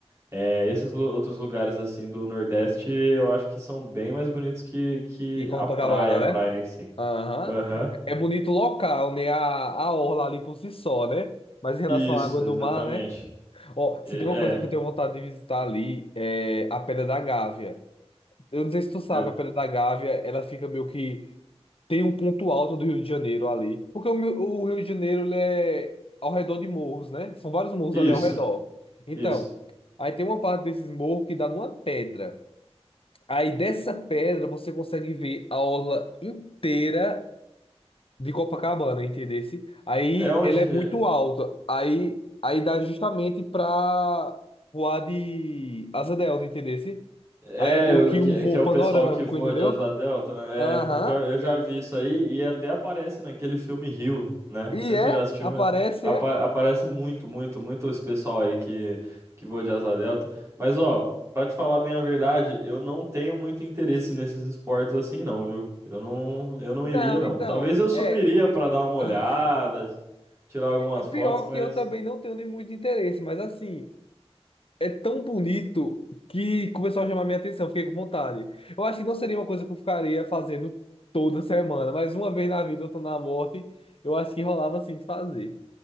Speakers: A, on the right (about 25°); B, on the left (about 55°).
A: É, esses lu- outros lugares assim do Nordeste eu acho que são bem mais bonitos que, que
B: E Copacabana,
A: a praia, a praia
B: né?
A: em si.
B: Aham.
A: Aham.
B: É é bonito o local, né? A, a orla ali por si só, né? Mas em relação
A: Isso,
B: à água do
A: exatamente.
B: mar, né? Ó,
A: E-
B: se tem
A: É.
B: uma coisa que eu tenho vontade de visitar ali, é a Pedra da Gávea. Eu não sei se tu sabe,
A: é-
B: a Pedra da Gávea, ela fica meio que... Tem um ponto alto do Rio de Janeiro ali. Porque o, meu- o Rio de Janeiro, ele é ao redor de morros, né? São vários morros
A: Isso,
B: ali ao redor. Então,
A: isso.
B: aí tem uma parte desses morros que dá numa pedra. Aí dessa pedra você consegue ver a orla inteira de Copacabana, entendesse? Aí
A: É onde.
B: ela é muito alta. Aí, aí dá justamente pra voar de asa delta, entendesse?
A: É,
B: Aí é meio
A: o-
B: que
A: que,
B: um voo
A: que é o
B: panorâmico,
A: pessoal que voa
B: entendeu?
A: de asa delta, né?
B: Aham.
A: É, eu já, eu já vi isso aí e até aparece naquele filme Rio, né? Não
B: E
A: sei
B: é?
A: se você já assistiu,
B: Aparece,
A: mas apa-
B: é?
A: aparece muito, muito, muito esse pessoal aí que, que voa de asa delta. Mas, ó, pra te falar bem a verdade, eu não tenho muito interesse nesses esportes assim, não, viu? Eu não, eu não
B: Não,
A: iria, não.
B: então,
A: Talvez eu subiria
B: é.
A: pra dar uma olhada,
B: <laughs>
A: tirar algumas
B: É pior
A: fotos, mas
B: que eu também não tenho nem muito interesse, mas assim, é tão bonito que começou a chamar minha atenção, fiquei com vontade. Eu acho que não seria uma coisa que eu ficaria fazendo toda semana, mas uma vez na vida, outra na morte, eu acho que rolava assim de fazer.